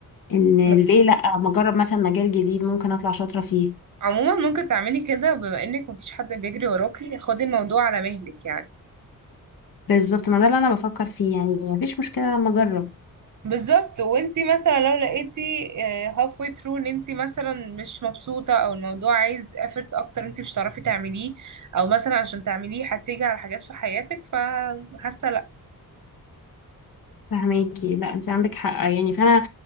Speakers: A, on the left (about 75°); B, on the right (about 55°).
A: ان
B: بس
A: ليه لا ما اجرب مثلا مجال جديد ممكن اطلع شاطرة فيه
B: عموما ممكن تعملي كده بما انك مفيش حد بيجري وراكي خدي الموضوع على مهلك يعني
A: بالظبط ما ده اللي انا بفكر فيه يعني مفيش مشكله لما اجرب
B: بالظبط وانتي مثلا لو لقيتي هاف واي ثرو ان انتي مثلا مش مبسوطة او الموضوع عايز effort اكتر انتي مش هتعرفي تعمليه او مثلا عشان تعمليه هتيجي على حاجات في حياتك فحاسة لا
A: فهماكي لا انت عندك حق يعني فانا